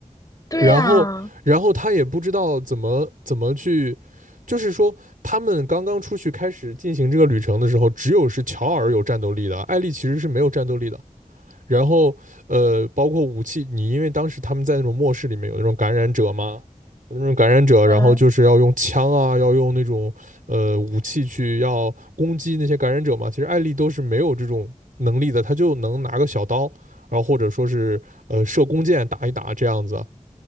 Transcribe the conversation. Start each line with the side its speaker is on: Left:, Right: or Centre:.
Left: 对呀，
Right: 然后，然后他也不知道怎么怎么去，就是说，他们刚刚出去开始进行这个旅程的时候，只有是乔尔有战斗力的，艾丽其实是没有战斗力的。然后，呃，包括武器，你因为当时他们在那种末世里面有那种感染者嘛，有那种感染者，
Left: 嗯，
Right: 然后就是要用枪啊，要用那种呃武器去要攻击那些感染者嘛。其实艾丽都是没有这种能力的，她就能拿个小刀，然后或者说是呃射弓箭打一打这样子。